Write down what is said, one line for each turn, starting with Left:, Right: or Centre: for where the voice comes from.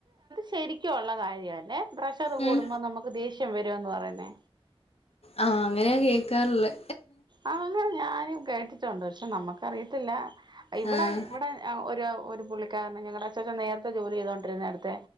Right: ശരിക്കുംള്ള കാര്യംല്ലേ. പ്രഷർ കൂടുമ്പോ
Left: ഉം.
Right: നമുക്ക് ദേഷ്യം വരുന്ന് പറയുന്നെ.
Left: ആ അങ്ങനെയാ കേക്കാറുള്ളേ.
Right: ആ അങ്ങനെ ഞാനും കേട്ടിട്ടുണ്ട്. പക്ഷെ നമ്മുക്കറിയത്തില്ല. ഇവിടെ
Left: ആഹ്
Right: ഇവിടെ ഒരു പുള്ളിക്കാരന ഞങ്ങളുടെ അച്ചച്ചൻ നേരത്തെ ജോലി ചെയ്തോണ്ടിരുന്നട്ത്തെ